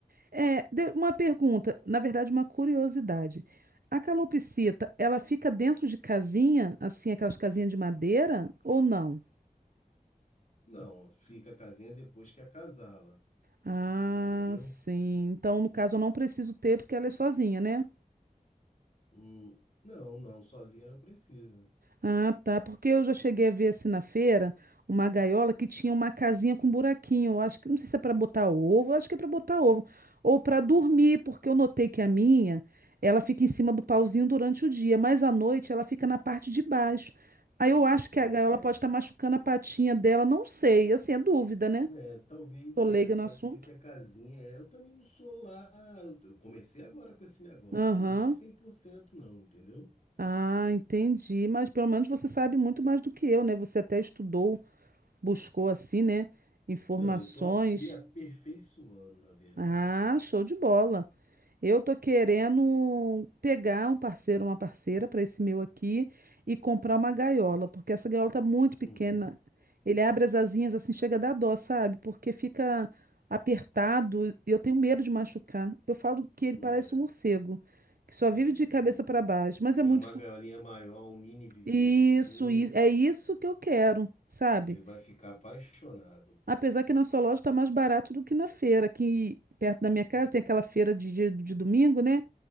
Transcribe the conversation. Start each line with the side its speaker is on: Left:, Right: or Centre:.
Right: É, de- uma pergunta, na verdade, uma curiosidade. A calopsita, ela fica dentro de casinha, assim, aquelas casinhas de madeira, ou não?
Left: Não, fica a casinha depois que acasala,
Right: Ah,
Left: entendeu?
Right: sim. Então, no caso, eu não preciso ter porque ela é sozinha, né?
Left: Hum, não, não, sozinha não precisa.
Right: Ah, tá. Porque eu já cheguei a ver assim na feira uma gaiola que tinha uma casinha com buraquinho. Eu acho que não sei se é para botar ovo, eu acho que é para botar ovo ou para dormir, porque eu notei que a minha, ela fica em cima do pauzinho durante o dia, mas à noite ela fica na parte de baixo. Aí eu acho que
Left: É,
Right: a gaiola pode estar machucando a patinha dela, não sei. Assim, é dúvida, né?
Left: é, talvez,
Right: Tô
Left: é,
Right: leiga
Left: pode
Right: no assunto.
Left: ser que a casinha, é, eu também não sou lá, eu, eu comecei agora com esse negócio,
Right: Aham.
Left: eu não sou 100% não, entendeu?
Right: Ah, entendi. Mas pelo menos você sabe muito mais do que eu, né? Você até estudou, buscou assim, né? Informações.
Left: Não, eu tô a- me aperfeiçoando, na verdade.
Right: Ah, show de bola. Eu tô querendo pegar um parceiro, uma parceira para esse meu aqui e comprar uma gaiola, porque essa gaiola tá muito pequena.
Left: Uhum,
Right: Ele abre as asinhas assim, chega a dar dó, sabe? Porque fica apertado e eu tenho medo de machucar. Eu falo que ele
Left: é,
Right: parece um morcego, que só
Left: é,
Right: vive de cabeça
Left: eu vi-
Right: para baixo, mas
Left: é,
Right: é muito
Left: uma
Right: fo-
Left: gaiolinha maior, um mini viveiro
Right: Isso,
Left: assim,
Right: isso, é isso que eu quero, sabe?
Left: Ele vai ficar apaixonado.
Right: Apesar que na sua loja tá mais barato do que na feira, aqui perto da minha casa tem aquela feira de, dia- de domingo, né?